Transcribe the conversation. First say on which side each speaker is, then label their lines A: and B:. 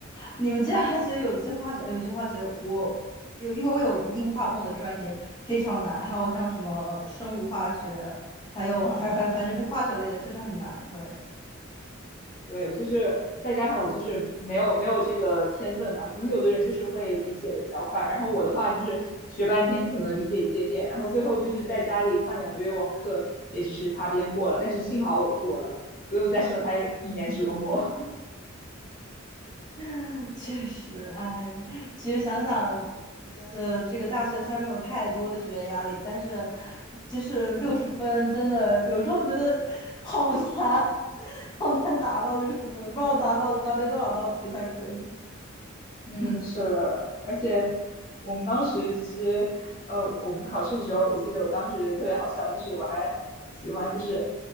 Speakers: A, on the left; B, on the left.
A: 你们竟然还学有机化学？有机化学，我有，因为我有硬化碰的专业非常难，
B: 嗯
A: 还有像什么生物化学，还有啊，
B: 嗯。
A: 反反反正这化学类的确实很难。对，
B: 对，就是再加上我就是没有没有这个天分吧，可能有的人就是会理解的比较快，然后我的话就是学半天可能理解一点点，然后最后就是在家里看两个月网课，也只是擦边过了，但是幸好我过了，不用再受他一年折磨。
A: <laughs> 确实，哎，其实想想，呃，这个大学虽然没有太多的学业压力，但是就是六十分真的有时候觉得好难，
B: <laughs> 嗯。
A: <laughs> 好难达到六十分，不知道达到答对多少道题才可以。
B: 嗯，
A: <laughs>
B: 是的，
A: <clears throat>
B: 而且我们当时其实，呃，我们考试的时候，我记得我当时特别好笑，就是我还喜欢就是，